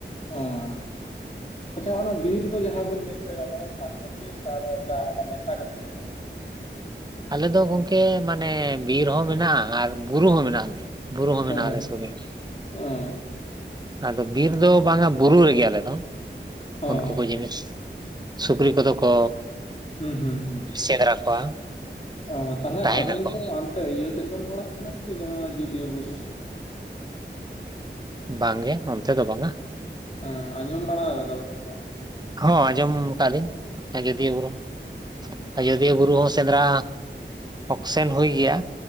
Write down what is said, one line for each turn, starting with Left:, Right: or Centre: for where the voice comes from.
Left: ᱚᱸᱻ ᱟᱪᱪᱷᱟ, ᱚᱱᱟ ᱵᱤᱨ ᱫᱚ ᱡᱟᱦᱟᱸ ᱵᱤᱱ ᱞᱟᱹᱭ ᱦᱚᱪᱚᱭᱮᱫᱟ᱾ ᱚᱱᱟ ᱫᱚ ᱥᱟᱨᱡᱚᱢ ᱵᱤᱨ ᱮᱴᱟᱜ ᱢᱮᱥᱟ ᱠᱟᱛᱮᱜ ᱢᱮᱱᱟᱜᱼᱟ?
Right: ᱟᱞᱮ ᱫᱚ ᱜᱚᱝᱠᱮ ᱢᱟᱱᱮ ᱵᱤᱨ ᱦᱚᱸ ᱢᱮᱱᱟᱜᱼᱟ ᱟᱨ ᱵᱩᱨᱩ ᱦᱚᱸ ᱢᱮᱱᱟᱜ ᱜᱮᱭᱟ, ᱵᱩᱨᱩ ᱦᱚᱸ
Left: ᱚᱸ
Right: ᱢᱮᱱᱟᱜ ᱟᱞᱮ ᱥᱩᱨ ᱨᱮᱜᱮ᱾
Left: ᱚᱸ
Right: ᱟᱫᱚ ᱫᱚ ᱵᱟᱨ ᱫᱚ ᱵᱟᱝᱼᱟ᱾ ᱵᱩᱨᱩ ᱨᱮᱜᱮ ᱟᱞᱮ ᱫᱚ᱾
Left: ᱚᱸ
Right: ᱩᱱᱠᱩ ᱠᱚ ᱡᱤᱱᱤᱥ ᱥᱩᱠᱨᱤ ᱠᱚᱫᱚ ᱠᱚ
Left: ᱦᱩᱸ ᱦᱩᱸ ᱦᱩᱸ
Right: ᱥᱮᱸᱫᱽᱨᱟ ᱠᱚᱣᱟ
Left: ᱚ ᱛᱟᱦᱞᱮ
Right: ᱛᱟᱦᱮᱱᱟᱠᱚ
Left: ᱟᱵᱮᱱ ᱫᱚ ᱮ ᱤᱭᱟᱹ ᱥᱮᱫ ᱵᱚᱱ ᱚᱲᱟᱜ ᱠᱟᱱᱟ ᱠᱤ ᱡᱟᱦᱟᱸ ᱟᱡᱚᱫᱤᱭᱟᱹ ᱵᱩᱨᱩ
Right: ᱵᱟᱝ ᱜᱮ ᱚᱱᱛᱮ ᱫᱚ ᱵᱟᱝᱼᱟ᱾
Left: ᱦᱚᱸ ᱟᱸᱡᱚᱢ ᱵᱟᱲᱟ ᱟᱠᱟᱫᱟ ᱥᱮ ᱵᱟᱝᱼᱟ?
Right: ᱦᱚᱸ ᱟᱸᱡᱚᱢ ᱟᱠᱟᱫᱟ ᱞᱤᱧ ᱟᱹᱡᱚᱫᱤᱭᱟᱹ ᱵᱩᱨᱩ,
Left: ᱚᱸ
Right: ᱟᱡᱚᱫᱤᱭᱟᱹ ᱵᱩᱨᱩ ᱦᱚᱸ ᱥᱮᱸᱫᱽᱨᱟ ᱚᱠᱥᱮᱱ ᱦᱩᱭ ᱜᱮᱭᱟ᱾